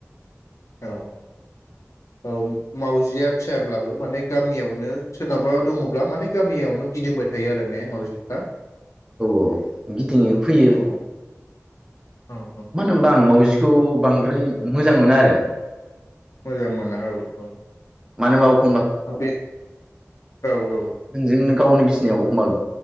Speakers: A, on the left; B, on the right.
A: औ औ औ मावजिया फियाब्लाबो माने गामियावनो सोरनावाबा दङब्ला माने गामियावनो गिदिंबाय थायो आरो ने मावजिफ्रा?
B: औ औ गिदिङो फैयो
A: औ औ औ
B: मानोमबा आं मावउजिखौ बांद्राय मोजां मोनो आरो ।
A: मोजां मोना औ औ
B: मानोबा अ
A: ओ बे औ औ
B: नोंजोंनो गावनि बिसिनायाव अमबा